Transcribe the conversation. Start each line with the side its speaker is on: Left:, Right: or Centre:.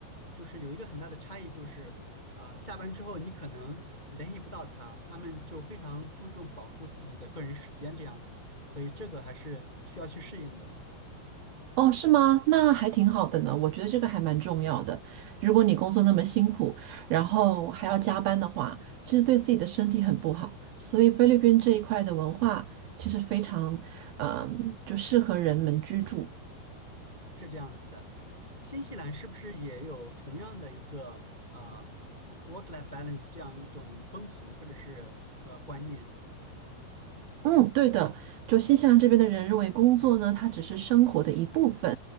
Left: 就是有一个很大的差异，就是啊、下班之后你可能联系不到他，他们就非常注重保护自己的个人时间这样子，所以这个还是需要去适应的。
Right: 哦，是吗？那还挺好的呢。我觉得这个还蛮重要的。如果你工作那么辛苦，然后还要加班的话，其实对自己的身体很不好。所以菲律宾这一块的文化其实非常，嗯、就适合人们居住。
Left: 是这样子的，新西兰是不是也有同样的一个啊 work-life balance 这样一种风俗或者是呃观念？
Right: 嗯，对的，就新西兰这边的人认为工作呢，它只是生活的一部分，